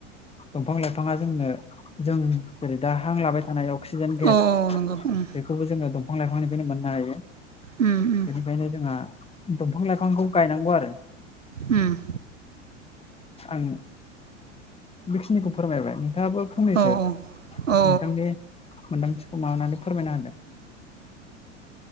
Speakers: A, on the left; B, on the right.
A: दंफां लाइफाङा जोंनो जों जेरै दा हां लाबाय थानायाव अक्सिजेन गेस
B: औ नंगौ
A: बेखौबो
B: उम
A: जोङो दंफां लाइफांनिफ्रायनो मोननो हायो।
B: उम उम
A: बेनिखायनो जोंहा दंफां लाइफांखौ गायनांगौ आरो
B: उम।
A: आं बेखिनिखौ फोरमायबाय नोंथाङाबो फंनैसो
B: औ औ ओ
A: नोंथांनि मोन्दांथिखौ माबानानै फोरमायना होदो।